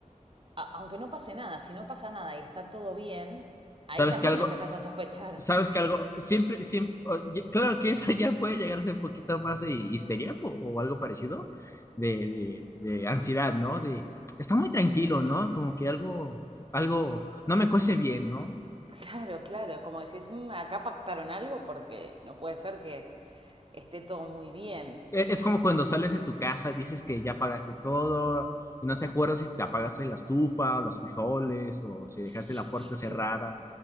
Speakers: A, on the right; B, on the left.
A: a- aunque no pase nada. Si no pasa nada y está todo bien, ahí
B: ¿sabes
A: también
B: que algo,
A: empezás a sospechar.
B: sabes que algo, siempre, siempre, o- ye- claro que eso ya puede llegar a ser un poquito más de histeria o, o algo parecido de, de, de ansiedad, ¿no? De, está muy tranquilo, ¿no? Como que algo, algo, no me cuece bien, ¿no?
A: Claro, claro, es como decís, "Mm, acá pactaron algo porque no puede ser que esté todo muy bien.
B: e- Es
A: Ay,
B: como cuando sales de tu casa, dices que ya pagaste todo y no te acuerdas si te apagaste la estufa o los frijoles o si dejaste
A: Sí,
B: la
A: sí,
B: puerta
A: sí.
B: cerrada.